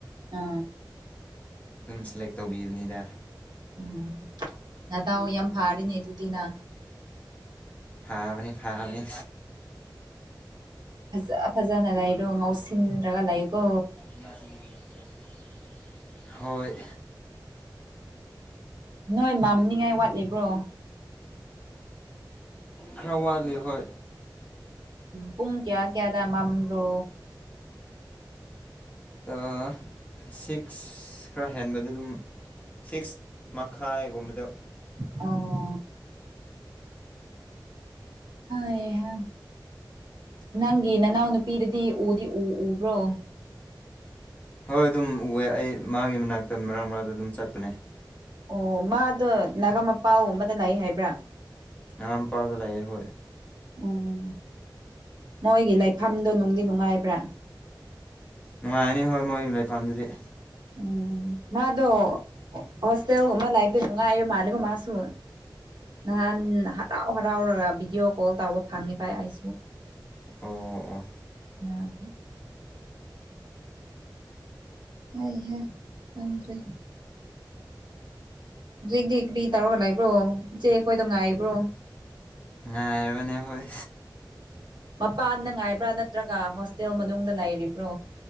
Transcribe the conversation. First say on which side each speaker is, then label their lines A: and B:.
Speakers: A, on the right; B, on the left.
A: ꯑ
B: ꯑꯗꯨꯝ ꯁꯦꯂꯦꯛ ꯇꯧꯕꯤꯕꯅꯤꯗ
A: ꯎꯝ ꯅꯗꯥꯎ ꯌꯥꯝ ꯐꯥꯔꯦꯅꯦ ꯑꯗꯨꯗꯤ ꯅꯪ
B: ꯐꯥꯕꯅꯤ ꯐꯥꯕꯅꯤ
A: ꯐꯖ ꯐꯖꯅ ꯂꯩꯔꯣ ꯉꯧꯁꯤꯟꯔꯒ ꯂꯩꯌꯨꯀꯣ
B: <unintelligible> ꯍꯣꯏ
A: ꯅꯣꯏ ꯃꯥꯝꯅꯤꯡꯉꯥꯏ ꯋꯥꯠꯂꯤꯕ꯭ꯔꯣ
B: ꯈꯔ ꯋꯥꯠꯂꯤ ꯍꯣꯏ
A: ꯄꯨꯡ ꯀꯌꯥ ꯀꯌꯥꯗ ꯃꯝꯕ꯭ꯔꯣ
B: ꯑ ꯁꯤꯛꯁ ꯈꯔ ꯍꯦꯟꯕꯗ ꯑꯗꯨꯝ ꯁꯤꯛꯁ ꯃꯈꯥꯏꯒꯨꯝꯕꯗ
A: ꯑꯣ ꯍꯩ ꯍꯥ ꯅꯪꯒꯤ ꯅꯅꯥꯎ ꯅꯨꯄꯤꯗꯨꯗꯤ ꯎꯗꯤ ꯎ ꯎꯕ꯭ꯔꯣ
B: ꯍꯣꯏ ꯑꯗꯨꯝ ꯎꯑꯦ ꯑꯩ ꯃꯥꯒꯤ ꯃꯅꯥꯛꯇ ꯃꯔꯛ ꯃꯔꯛꯇ ꯑꯗꯨꯝ ꯆꯠꯄꯅꯦ
A: ꯑꯣ ꯃꯥꯗꯣ ꯅꯒꯥꯃꯄꯥꯜ ꯒꯨꯝꯕꯗ ꯂꯩ ꯍꯥꯏꯕ꯭ꯔꯥ
B: ꯅꯒꯥꯝꯄꯥꯜꯗ ꯂꯩꯌꯦ ꯍꯣꯏ
A: ꯑꯣ ꯃꯣꯏꯒꯤ ꯂꯩꯐꯝꯗꯣ ꯅꯨꯡꯗꯤ ꯅꯨꯡꯉꯥꯏꯕ꯭ꯔꯥ
B: ꯅꯨꯡꯉꯥꯏꯅꯤ ꯍꯣꯏ ꯃꯣꯏꯒꯤ ꯂꯩꯐꯝꯗꯨꯗꯤ
A: ꯎꯝ ꯃꯥꯗꯣ ꯍꯣꯁꯇꯦꯜꯒꯨꯝꯕ ꯂꯩꯕꯗꯣ ꯅꯨꯡꯉꯥꯏꯕ ꯃꯥꯜꯂꯦꯀꯣ ꯃꯥꯁꯨ ꯅꯍꯟ ꯍꯔꯥꯎ ꯍꯔꯥꯎꯔꯒ ꯚꯤꯗꯤꯌꯣ ꯀꯣꯜ ꯇꯧꯕ ꯐꯪꯉꯦꯕ ꯑꯩꯁꯨ
B: ꯑꯣ ꯑꯣ
A: <unintelligible> ꯍꯩꯍꯥ ꯈꯪꯗ꯭ꯔꯦ ꯍꯧꯖꯤꯛꯇꯤ ꯀ꯭ꯔꯤ ꯇꯧꯔꯒ ꯂꯩꯕ꯭ꯔꯣ ꯏꯆꯦ ꯈꯣꯏꯗꯣ ꯉꯥꯏꯕ꯭ꯔꯣ
B: ꯉꯥꯏꯕꯅꯦ ꯍꯣꯏ
A: ꯃꯄꯥꯟꯗ ꯉꯥꯏꯕ꯭ꯔꯥ ꯅꯠꯇ꯭ꯔꯒ ꯍꯣꯁꯇꯦꯜ ꯃꯅꯨꯡꯗ ꯂꯩꯔꯤꯕ꯭ꯔꯣ